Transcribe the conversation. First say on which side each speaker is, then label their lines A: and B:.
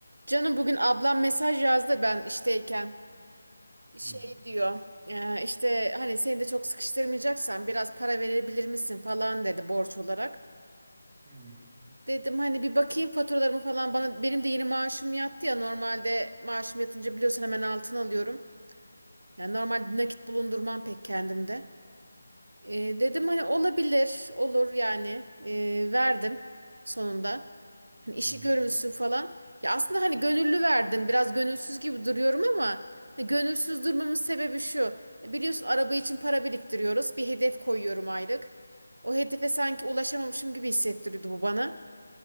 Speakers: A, on the right (about 80°); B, on the right (about 15°).
A: Canım bugün ablam mesaj yazdı ben işteyken. Şey
B: Hı,
A: diyor e, işte hani seni de çok sıkıştırmayacaksan biraz para verebilir misin falan dedi borç olarak.
B: hı,
A: Dedim hani bir bakayım faturalarımı falan bana benim de yeni maaşım yattı ya normalde maaşım yatınca biliyorsun hemen altın alıyorum. Yani normalde nakit bulundurmam pek kendimde. E, dedim hani olabilir, olur yani. E, verdim sonunda. Hani işi
B: hı,
A: görülsün falan. Ya aslında hani gönüllü verdim. Biraz gönülsüz gibi duruyorum ama hani gönülsüz durmamın sebebi şu. E, Biliyorsun araba için para biriktiriyoruz. Bir hedef koyuyorum aylık. O hedefe sanki ulaşamamışım gibi hissettiriyordu bu bana.